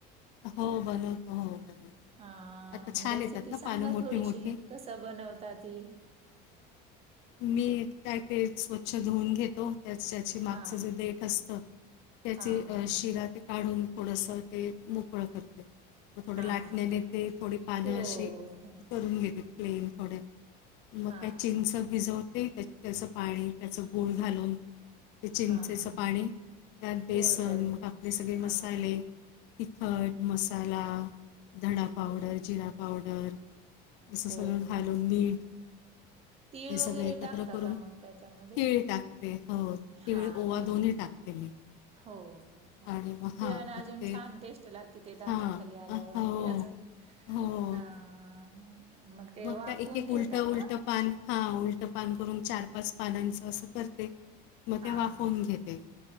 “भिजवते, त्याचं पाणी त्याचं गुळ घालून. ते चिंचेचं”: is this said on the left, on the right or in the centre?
Left